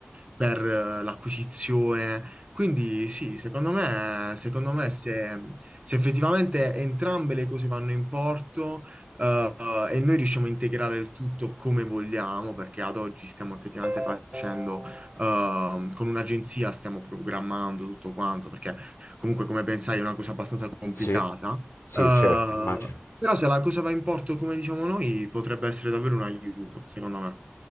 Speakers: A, on the right; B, on the left.
A: per, eh, l'acquisizione. Quindi sì, secondo me, secondo me se, se effettivamente entrambe le cose vanno in porto, Uh, e noi riusciamo a integrare il tutto come vogliamo, perché ad oggi stiamo effettivamente facendo, uh, con un'agenzia stiamo programmando tutto quanto, perché comunque, come ben sai, è una cosa abbastanza complicata.
B: sì,
A: Uh,
B: sì, certo, immagino.
A: però se la cosa va in porto come diciamo noi, potrebbe essere davvero un aiuto, secondo me,